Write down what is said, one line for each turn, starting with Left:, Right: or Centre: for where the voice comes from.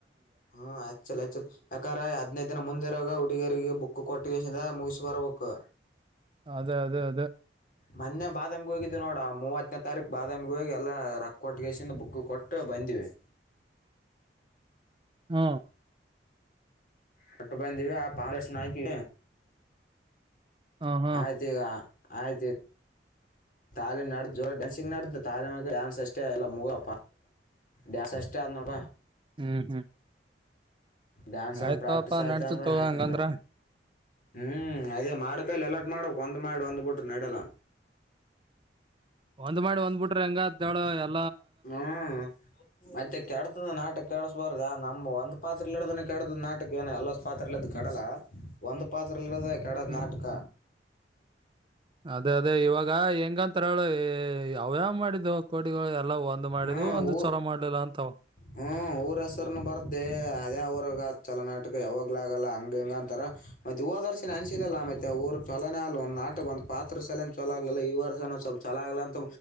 Left: ಹ್ಮ್ ಆ್ಚ್ಚಲ ಆ ಚಲ್ ಯಾಕಂದ್ರೆ ಹದ್ನೈದ ದಿನ ಮುಂದಿರಾಗ ಹುಡುಗರಿಗೆ ಬುಕ್ ಕೊಟ್ಟು ಗ ಮುಗಿಸಿ ಬರ ಬೇಕು
Right: ಅದೇ ಅದೇ
Left: ಮೊನ್ನೆ ಬಾದಾಮಿಗೆ ಹೋಗಿದ್ದು ನೋಡ ಮೂವತ್ತನೇ ತಾರೀಕು ಬಾದಾಮಿಗೆ ಹೋಗಿ ಎಲ್ಲಾ ಕೊಟ್ಗೇಶೇನ್ ಬುಕ್ಕ ಕೊಟ್ಟು ಬಂದಿವಿ
Right: ಹ್ಮ
Left: ಕೊಟ್ಟು ಬಂದಿವಿ ಆ ಪಾಳಷ್ಟ್ನಾಕಿ
Right: ಹ್ಮ್ ಹ್ಮ್
Left: ಆಯ್ತ ಈಗ ಆಯ್ತಿ ತಾಲೀಮ್ ನಡ್ದ ಜೋರ ಡ್ಯಾನ್ಸಿಂಗ್ ನಡ್ದ ತಾಲೀಮ ಡಾನ್ಸ್ ಅಷ್ಟ ಎಲ್ಲ ಮೂಲ ಡ್ಯಾನ್ಸ್ ಅಷ್ಟ ಕನ್ನಡ
Right: ಹ್ಮ್ ಹ್ಮ್
Left: ಡ್ಯಾನ್ಸ್ ಒಂದ್
Right: ಆಯ್ತಪಾ
Left: ಪ್ರಾಕ್ಟೀಸ್ ಆಯ್ತಂದ್ರ
Right: ನಡ್ಸತ್ ತಗೋ
Left: ಆಯ್ತಕ
Right: ಹಂಗಂದ್ರ
Left: ಹ್ಮ್ ಅದೇ ಮಾಡು ಕೈಲೆ ಎಲ್ಲ ಮಾಡ್ಬಕ್ ಒಂದ್ ಮಾಡಿ ಒಂದ್ ಬಿಟ್ರೆ ನಡೆಲ್ಲ
Right: ಒಂದ್ ಮಾಡಿ ಒಂದ್ ಬುಟ್ರೆ ಹೆಂಗಾತ್ ನೋಡು ಎಲ್
Left: ಹ್ಮ್ ಮತ್ತೆ ಕೆಡ್ತದ ನಾಟಾಕೆಡಸ್ಬಾರ್ದ ನಮ್ ಒಂದ್ ಪಾತ್ರಲ್ ಇಡದ ಕೆಡ್ತದ್ ನಾಟಕ ಏನ ಎಲ್ಲ ಪಾತ್ರ ಇಡದ ಕೆಡಲ್ಲ ಒಂದು ಪಾತ್ರಲ್ ಇಡದ ಕೆಡದ್
Right: ಹ್ಮ್
Left: ನಾಟಕ
Right: ಅದೇ ಅದೇ ಇವಾಗ ಹೆಂಗಂತರೇಳು ಏ ಅವ್ಯಾವ್ ಮಾಡಿದಾವ್ ಕೋಡಿಗಳು ಎಲ್ಲ ಒಂದ್ ಮಾಡಿದ್ವು
Left: ಹ್ಮ್
Right: ಒಂದ್
Left: ಊ
Right: ಚಲೋ ಮಾಡ್ಲಿಲ್ಲ ಅಂತಾವ
Left: ಹ್ಮ್ ಊರ ಹೆಸರ್ನು ಬರ್ದೇ ಅದ್ಯಾಊರಗಾ ಚುಲೋ ನಾಟಕ ಯಾವಾಗ್ಲಾಗಲ್ಲ ಹಂಗ್ ಹಿಂಗ್ ಅಂತಾರ ಮತ್ತೆ ಹೋದ್ವರ್ಸಿನ ಅನ್ಸಿದ್ವಲ್ಲ ಮತ್ತೆ ಊರ್ ಚುಲೋನೆ ಅಲ್ ಒ ನಾಟಕ್ ಒಂದ್ ಪಾತ್ರದ್ ಸಲಾಗಿ ಚುಲೋ ಆಗಿರ್ಲಿಲ್ಲ ಈ ವರ್ಷ ಸ್ವಲ್ಪ ಚುಲೋ ಆಗ್ಲಂತ